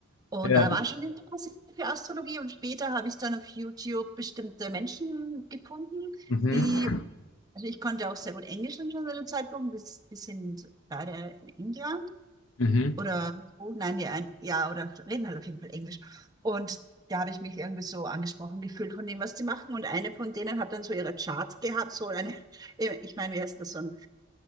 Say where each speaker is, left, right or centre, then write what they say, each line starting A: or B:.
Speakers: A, on the right; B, on the left.
A: Und
B: Ja.
A: da war schon Interesse für Astrologie und später habe ich dann auf YouTube bestimmte Menschen gefunden,
B: Mhm.
A: die, also ich konnte auch sehr gut Englisch schon zu dem Zeitpunkt, das, die sind beide in England
B: Mhm.
A: oder so, nein, nee, ein, ja, oder reden halt auf jeden Fall Englisch. Und da habe ich mich irgendwie so angesprochen gefühlt von dem, was die machen. Und eine von denen hat dann so ihre Charts gehabt, so eine, <laughs> ich meine, wie heißt das, so ein,